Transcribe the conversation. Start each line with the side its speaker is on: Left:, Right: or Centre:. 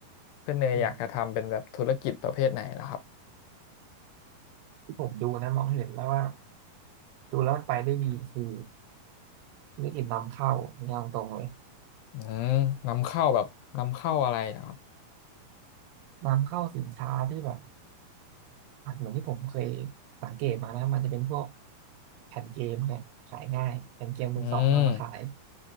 Left: เพื่อนเนยอยากจะทำเป็นแบบธุรกิจประเภทไหนล่ะครับ
Right: อืมที่ผมดูนะมองเห็นแล้วว่าดูแล้วมันไปได้ดีคือธุรกิจนำเข้าเนี่ยเอาตรงเลย
Left: อืมนำเข้าแบบนำเข้าอะไรนะครับ
Right: นำเข้าสินค้าที่แบบอาจเหมือนที่ผมเคยสังเกตมานะมันจะเป็นพวกแผ่นเกมเนี่ยขายง่ายแผ่นเกมมือสองเอามาขาย
Left: อืม